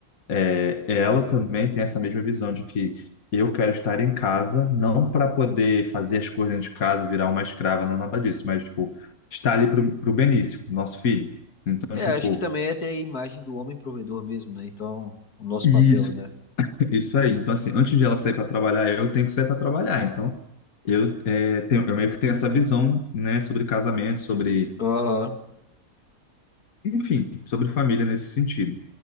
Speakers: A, on the left; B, on the left.
A: é, ela também tem essa mesma visão de que eu quero estar em casa, não para poder fazer as coisas dentro de casa, virar uma escrava, não nada disso, mas, tipo, estar ali pro, pro Benício, pro nosso filho. Então,
B: É,
A: tipo,
B: acho que também é ter a imagem do homem provedor mesmo, né? Então, o nosso
A: isso.
B: papel, né?
A: Isso aí. Então, assim, antes de ela sair para trabalhar, eu tenho que sair para trabalhar. Então, eu, é, tenho, eu meio que tenho essa visão, né, sobre casamento, sobre
B: Aham,
A: enfim, sobre família nesse sentido.